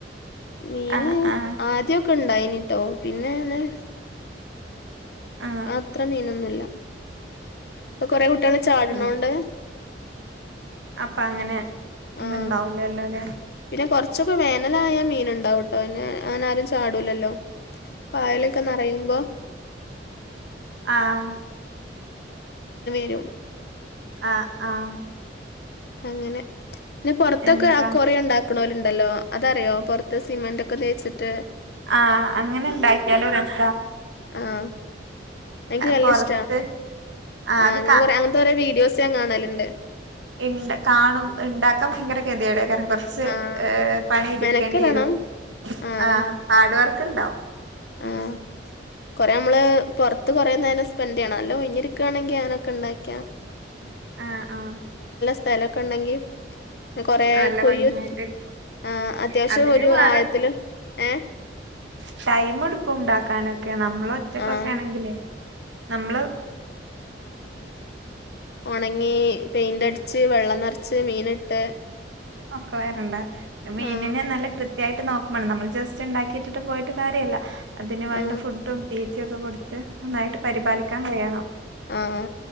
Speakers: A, on the left (about 55°); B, on the right (about 80°).
A: മീന്
B: ആ ആ
A: ആദ്യൊക്കെ ഒക്ക ഇണ്ടായിനട്ടോ പിന്നെന്നെ
B: ആ
A: അത്ര മീനൊന്നുമല്ല അപ്പൊ കൊറെ കുട്ടികൾ ചാടണോണ്ട്
B: ഉം അപ്പൊ അങ്ങനെ
A: ആഹ
B: ഇതുണ്ടാവൂലല്ലോ ല്ലേ
A: പിന്നെ കൊറച്ചൊക്കെ വേനലായ മീന ഉണ്ടാവട്ടോ അന്നെ അങ്ങന ആാരും ചാടൂലല്ലോ പായലൊക്കെ നിറയുമ്പോ
B: ആഹ
A: ഞ്ഞ മ്
B: ആഹ ആഹ
A: അങ്ങനെ പിന്നെ പൊറത്തൊക്കെ
B: എന്താ
A: അക്കോറിയം ഇണ്ടാക് ക്ക്‌ണോലുണ്ടല്ലോ അതറിയോ പൊറത്ത് സിമന്റോക്കെ തേച്ചിട്ട്
B: ആഹ അങ്ങനെ ഇണ്ടാക്കിയാലും രസ
A: ആഹ എൻക്ക് ന്നല്ലിഷ്ട്ടാ
B: പൊറത്ത് ആഹ്
A: ആ
B: അത്
A: ഞാൻ കൊറേ അങ്ങൻത്തെ കൊറേ വീഡിയോസ് ഞാൻ കാണല്ണ്ട്
B: ഇണ്ട് കാണും ഇണ്ടാക്കാൻ ഭയങ്കര ഗതികേടെക്കാരം കൊർച്ച്
A: ആഹ്
B: ഏ പണി ഇടുക്കണ്ടി
A: മെനക്കെടണം
B: വരും
A: ആഹ്
B: ആ ഹാഡ് വർക്ക് ക്ക്‌ ഇണ്ടാവും
A: ആഹ് കൊറേ അമ്മള് പൊറത്ത് കൊറേന്നേരം സ്പെൻടെയ്യണം അല്ലഒയ്ഞ്ഞിരിക്കേണെങ്കി അങ്ങനൊക്കെ ഇണ്ടാക്ക്യാ
B: ആഹ് ആഹ്
A: സ്ഥലൊക്കെ ഇണ്ടെങ്കി പിനെ കൊറേ
B: നല്ല
A: കൊയ്യു
B: ഭംഗിയായിട്ട്
A: ച്ചും
B: എടുക്കും
A: ആ അത്യാവശ്യം
B: അതിന്
A: ഒരു
B: വേറെ
A: ആയത്തില് ഏ
B: ട്ടൈം ഇട്ക്കും ഉണ്ടാക്കാനൊക്കെ ന്നമ്മ്ളൊറ്റക്കൊക്കെ
A: ആഹ്
B: ആണെങ്കിലേ ന്നമ്മ്ള്
A: ഉണങ്ങി പെയ്ന്റടിച്ച് വെള്ളം ന്നർച്ച് മീനിട്ട്
B: ഒക്കെ വേരണ്ട പിനെ മീനിനെ
A: ആഹ്
B: ന്നല്ല കൃത് കൃത്യായിട്ട് ന്നോക്കുംമെണം ന്നമ്മള് ജസ്റ്റ് ഇണ്ടാക്കിട്ടിട്ട് പോയിട്ട് കാര്യല്ല അതിന് വേണ്ട
A: ആഹ്
B: ഫുഡും തീ റ്റ്യൊക്കെ കൊട്ത്ത് നന്നായ്ട്ട് പരിബാലിക്കാൻ കഴിയണം
A: ആഹ